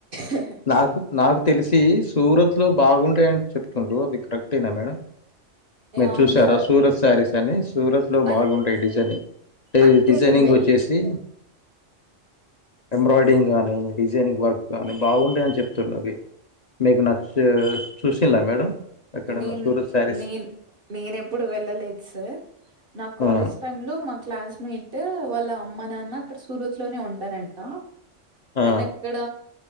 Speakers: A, on the right; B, on the left.
A: యాహ్!
B: నాకు న తెలిసి సూరత్ లో బాగుంటాయని చెప్తుండ్రు అవి కరెక్టేనా మేడం మీరు
A: అవును
B: చూసారా
A: సార్
B: సూరత్ సారిస్ కనీ సూరత్ లో
A: అం
B: బాగుంటాయి డిజైనింగ్
A: అంటే
B: డిజైనింగ్
A: నేను వెళ్
B: వచ్చేసి ఎంబ్రాయిడరింగ్ గానీ, డిజైనింగ్ వర్క్ కాని, బాగుంటాయి అని చెపుతున్నది మీకు నచ్చ చూసింలా మేడం. ఎక్కడన్నా
A: నేన్
B: సూరత్ శారీస్
A: నేను నేన ఎప్పుడు వెళ్ళలేదు సార్ నా కాలేజ్
B: ఆ
A: టైమ్ లో మా క్లాస్మేట్ వాళ్ళ అమ్మ నాన్న అక్కడ సూరత్ లోనే ఉంటారంట
B: ఆ
A: అన్న ఎక్కడ